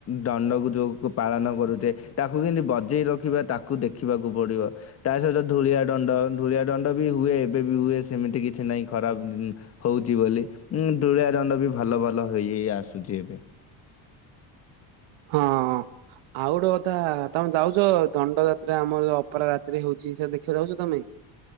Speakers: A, on the left (about 30°); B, on the right (about 75°).
A: ଦଣ୍ଡକୁ ଯୋଉ ପାଳନ କରୁଛେ ତାକୁ କେମିତି ବଜେଇ ରଖିବା ତାକୁ ଦେଖିବାକୁ ପଡ଼ିବ। ତା ସହିତ ଧୂଳିଆ ଦଣ୍ଡ ଧୂଳିଆ ଦଣ୍ଡ ବି ହୁଏ ଏବେ ବି ହୁ ସେମିତି କିଛି ନାହିଁ ଖରାପ ହଉଛି ବୋଲି ଉ ଧୂଳିଆ ଦଣ୍ଡ ବି ଭଲ ଭଲ ହେଇ ହେଇ ଆସୁଛି ଏବେ।
B: ହଁ। ଆଉ ଗୋଟେ କଥା ତମେ ଯାଉଛ ଦଣ୍ଡ ଯାତ୍ରା ଆମର ଯୋଉ ଅପରା ରାତିରେ ହଉଛି ସେ ଦେଖିବାକୁ ଯାଉଛ ତମେ?